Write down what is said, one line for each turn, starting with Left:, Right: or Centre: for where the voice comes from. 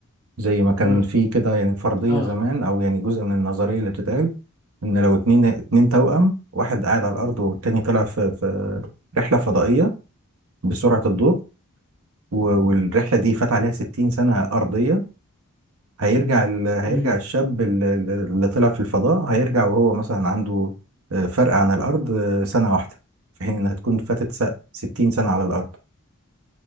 Right: زي ما كان
Left: امم
Right: في كده يعني فرضية
Left: اه
Right: زمان أو يعني جزء من النظرية اللي بتتقال إن لو اتنين اتنين توأم واحد قاعد على الأرض والتاني طلع في في رحلة فضائية بسرعة الضوء و- والرحلة دي فات عليها 60 سنة أرضية هيرجع ال... هيرجع
Left: امم
Right: الشاب اللي, اللي طلع في الفضاء هيرجع وهو مثلا عنده آه، فرق عن الأرض آه، سنة واحدة في حين إنها تكون فاتت س- 60 سنة على الأرض